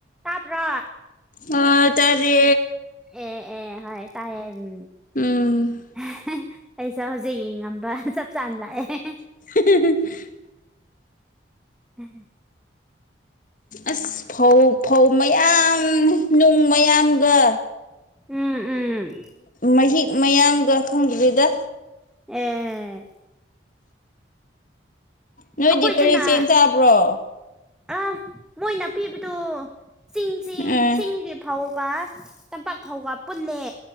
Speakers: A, in the centre; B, on the left.
A: ꯇꯥꯕ꯭ꯔꯣ
B: ꯍꯣ ꯇꯔꯦ
A: ꯑꯦ ꯑꯦ ꯍꯣꯏ ꯇꯥꯏꯌꯦ ꯎꯝ
B: ꯎꯝ
A: ꯑꯩꯁꯨ ꯍꯧꯖꯤꯛ ꯌꯦꯡꯉꯝꯕ ꯆꯞ ꯆꯥꯅ ꯂꯥꯛꯑꯦ
B: <unintelligible>
A: ꯎꯝ
B: ꯑꯁ ꯐꯧ ꯐꯧ ꯃꯌꯥꯝ ꯅꯨꯡ ꯃꯌꯥꯝꯒ
A: ꯎꯝ ꯎꯝ
B: ꯃꯍꯤꯛ ꯃꯌꯥꯝꯒ ꯈꯪꯗꯕꯤꯗ
A: ꯑꯥ
B: ꯅꯣꯏꯗꯤ
A: ꯑꯈꯣꯏꯗꯅ
B: ꯀꯔꯤ ꯆꯦꯡ ꯆꯥꯕ꯭ꯔꯣ
A: ꯑ ꯃꯣꯏꯅ ꯄꯤꯕꯗꯣ ꯆꯤꯡ ꯆꯦꯡ
B: ꯎꯝ
A: ꯆꯤꯡꯒꯤ ꯐꯧꯒ ꯇꯝꯄꯥꯛ ꯐꯧꯒ ꯄꯨꯜꯂꯦ